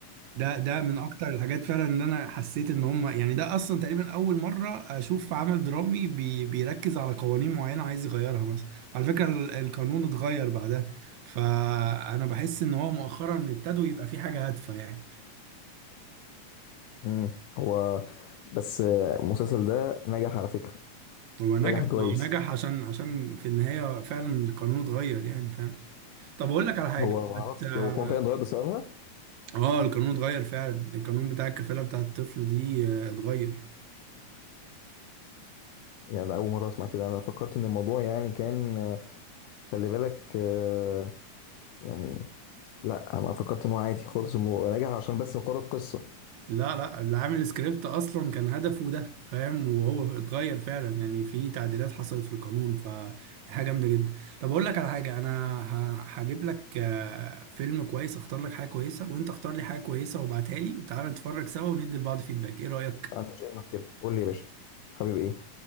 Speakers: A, on the right; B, on the left.
A: ده ده من اكتر الحاجات فعلا ان انا حسيت ان هم يعني ده اصلا تقريبا اول مره اشوف عمل درامي بي بيركز على قوانين معينه عايز يغيرها مثلا وعلى فكره ال- القانون اتغير بعدها فانا بحس ان هو مؤخرا ابتدوا يبقى في حاجه هادفه يعني
B: مم. هو بس آه، المسلسل ده نجح على فكرة
A: هو نجح
B: نجح كويس
A: ما هو نجح عشان عشان في النهايه فعلا القانون اتغير يعني فاهم طب اقول لك على حاجه
B: هو
A: بت...
B: ما اعرفش
A: اه
B: هو كان فعلا اتغير بسببها
A: آه، القانون اتغير فعلا القانون بتاع الكفاله بتاع الطفل دي آه، اتغير
B: يعني أنا أول مرة أسمع كده أنا فكرت إن الموضوع يعني كان آه، خلي بالك آه، يعني لا أنا فكرت إن هو عادي خالص إنه نجح عشان بس مجرد قصة
A: لا لا اللي عامل السكريبت اصلا كان هدفه ده فاهم وهو اتغير فعلا يعني في تعديلات حصلت في القانون فدي حاجه جامده جدا طب اقول لك على حاجه انا ه- هجيب لك آه، فيلم كويس اختار لك حاجه كويسه وانت اختار لي حاجه كويسه وابعتها لي وتعالى نتفرج سوا وندي لبعض فيدباك ايه رايك
B: ما عندوش أي مشكلة قول لي يا باشا حبيبي إيه